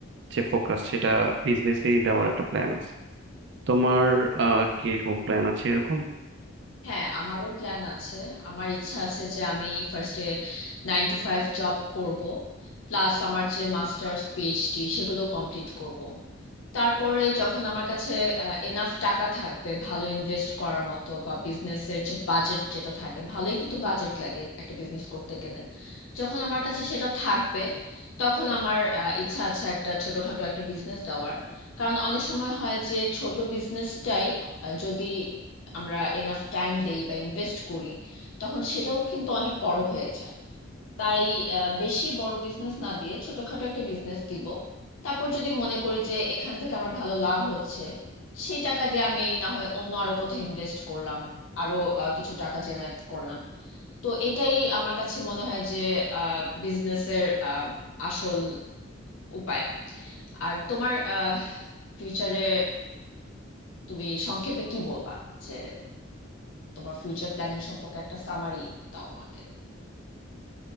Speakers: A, on the right (about 55°); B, on the left (about 75°).
A: যে ফোকাস সেটা বিজনেসেই দেওয়ার একটা প্ল্যান আছে তোমার আহ, কি রকম প্ল্যান আছে এরকম
B: হ্যাঁ আমারও প্ল্যান আছে আমার ইচ্ছা আছে যে আমি ফার্স্টে নাইন টু ফাইভ জব করব প্লাস আমার যে মাস্টার্স পিএইচডি সেগুলো কমপ্লিট করব তারপরে যখন আমার কাছে এনাফ টাকা থাকবে ভালো ইনভেস্ট করার মতো বা বিজনেসের যে বাজেট যেটা থাকে ভালোই কিন্তু বাজেট লাগে একটা বিজনেস করতে গেলে যখন আমার কাছে সেটা থাকবে তখন আমার আহ, ইচ্ছা আছে একটা ছোটখাটো একটা বিজনেস দেওয়ার কারণ অনেক সময় হয় যে ছোট বিজনেসটাই যদি আমরা এনাফ টাইম দেই বা ইনভেস্ট করি তখন সেটাও কিন্তু অনেক বড় হয়ে যায় তাই আহ, বেশি বড় বিজনেস না দিয়ে ছোটখাটো একটা বিজনেস দিব তারপর যদি মনে করি যে এখান থেকে আমার ভালো লাভ হচ্ছে সেই টাকা দিয়ে আমি না হয় অন্য আরো কোথাও ইনভেস্ট করলাম আরো আহ, কিছু টাকা জেনারেট করলাম তো এটাই আমার কাছে মনে হয় যে বিজনেসের আসল উপায় আর তোমার ফিউচারে তুমি সংক্ষেপে কি বলবা যে তোমার ফিউচার প্ল্যানিং সম্পর্কে একটা সামারি দাও আমাকে